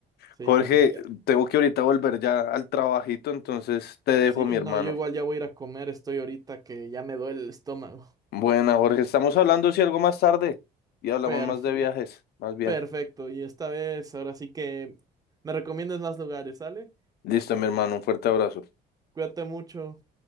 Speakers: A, on the right (about 20°); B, on the left (about 70°).
A: sí,
B: Jorge,
A: ya, ya-
B: tengo que ahorita volver ya al trabajito, entonces te dejo,
A: Sí,
B: mi hermano.
A: no, yo igual ya voy a ir a comer, estoy ahorita que ya me duele el estómago.
B: Buena, Jorge, estamos hablando si algo más tarde
A: <laughs>
B: y hablamos
A: Perfecto.
B: más de viajes, más bien.
A: Perfecto, y esta vez, ahora sí que me recomiendas más lugares, ¿sale?
B: Listo, mi hermano, un fuerte abrazo.
A: Cuídate mucho.